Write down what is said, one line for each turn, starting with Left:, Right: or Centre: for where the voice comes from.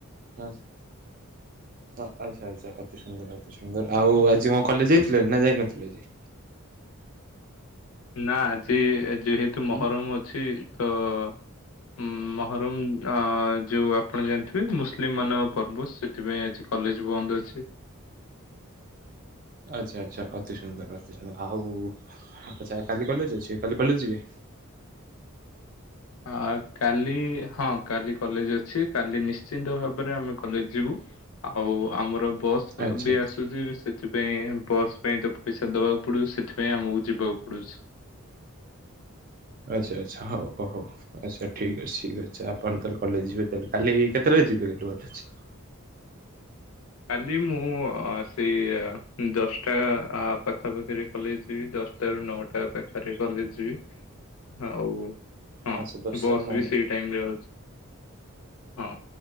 Right: ବାସ୍। ହଁ ଆଚ୍ଛା ଆଚ୍ଛା ଅତି ସୁନ୍ଦର ଅତି ସୁନ୍ଦର। ଆଉ ଆଜି କଣ କଲେଜ ଯାଇଥିଲେ ନା ଯାଇନଥିଲେ ଆଜି?
Left: ନା ଆଜି ଯେହେତୁ ମହରମ୍
Right: ହୁଁ
Left: ଅଛି ତ-ଅ-ଅ ଉଁ ମହରମ୍ ଅ-ଅ ଯୋଉ ଆପଣ ଜାଣିଥିବେ ମୁସଲିମ୍ ମାନଙ୍କ ପର୍ବ ସେ ଥିପାଇଁ ଆଜି କଲେଜ ବନ୍ଦ ଅଛି।
Right: ଆଚ୍ଛା ଆଚ୍ଛା ଅତି ସୁନ୍ଦର ଅତି ସୁନ୍ଦର। ଆଉ ଆଛା କାଲି କଲେଜ ଅଛି କାଲି କଲେଜ ଯିବେ?
Left: ଆ କାଲି ହଁ କାଲି କଲେଜ ଅଛି କାଲି ନିଶ୍ଚିନ୍ତ ଭାବରେ ଆମେ କଲେଜ ଯିବୁ। ଆଉ ଆମର ବସ୍ ସ୍
Right: ଆଚ୍ଛା
Left: ବି ଆସୁଛି ସେଥିପାଇଁ ବସ୍ ପାଇଁ ତ ପଇସା ଦବାକୁ ପଡିବ ସେଥିପାଇଁ ପାଇଁ ଆମକୁ ଯିବାକୁ ପଡୁଛି।
Right: ଆଚ୍ଛା ଆଛା ହଉ ଓ ହୋ। ଆଚ୍ଛା ଠିକ୍ ଅଛି ଠିକ ଅଛି ଆପଣ ତାହେଲେ କଲେଜ ଯିବେ ତାହେଲେ କାଲି କେତେଟା ଯିବେ <unintelligible>
Left: କାଲି ମୁଁ ଅ ସେଇ ଦଶଟା ଆ ପାଖା ପାଖିରେ କଲେଜ ଯିବି ଦଶଟା ସେଇ ରୁ ନଅଟା ପାଖରେ କଲେ ଯିବି। ଆଉ-ଉ-ଉ-ଉ ହଁ
Right: ଆଚ୍ଛା ଦଶଟା
Left: ବସ୍
Right: ନଅଟା
Left: ବି ସେଇ ଟାଇମ୍ ରେ ଅଛି ହଁ।